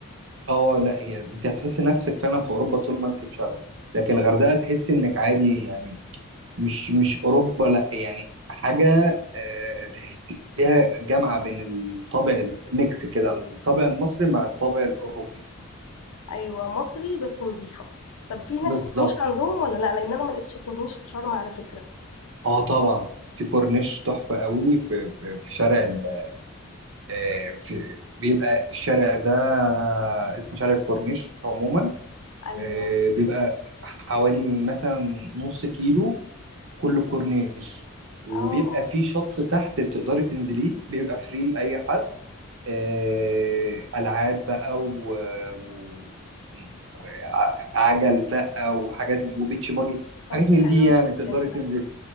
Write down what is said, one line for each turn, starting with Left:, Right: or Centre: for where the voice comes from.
Right: اه لا هي انت هتحس نفسك فعلا في اوروبا طول ما انت في شرم لكن الغردقه تحس انك عادي يعني مش مش اوروبا لا يعني حاجه آه، تحسيها جامعه بين الطابع الميكس كده الطابع المصري مع الطابع الاوروبي
Left: ايوه مصري بس نظيفه طب في هناك
Right: بالظبط
Left: كورنيش عندهم ولا لا لان انا ما لقيتش كورنيش في شرم على فكره
Right: اه طبعا في كورنيش تحفه قوي في في في شارع ال آه، في بيبقى الشارع ده اسمه شارع الكورنيش عموما
Left: ايوه
Right: آه، بيبقى حوالي مثلا نص كيلو كل الكورنيش وبيبقى
Left: اه
Right: في شط تحت بتقدري تنزليه بيبقى فري لأي حد آه، ألعاب بقى و... و... وعجل بقى وحاجات وبيتش باجي
Left: طب
Right: حاجات
Left: ده
Right: من
Left: حلو
Right: دي يعني
Left: جدا
Right: تقدري تنزل
Left: ده